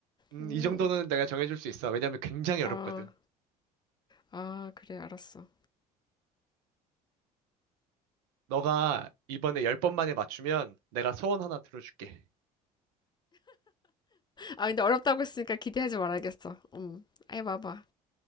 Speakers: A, on the right; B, on the left.
A: 음,
B: 음,
A: 이 정도는 내가 정해줄 수 있어. 왜냐면 굉장히
B: 아,
A: 어렵거든.
B: 아, 그래, 알았어.
A: 너가 이번에 열 번 만에 맞추면 내가 소원 하나 들어줄게.
B: 아, 근데 어렵다고 했으니까 기대하지 말아야겠어. 음, 아예 봐봐.